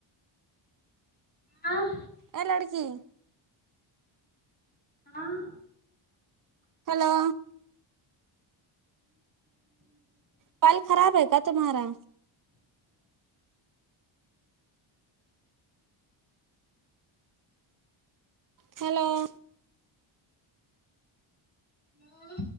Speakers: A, on the left (about 20°); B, on the right (about 40°).
A: ہاں
B: اے لڑکی
A: ہاں
B: ہیلو پال خراب ہےکیا تمہارا ہیلو
A: ہیلو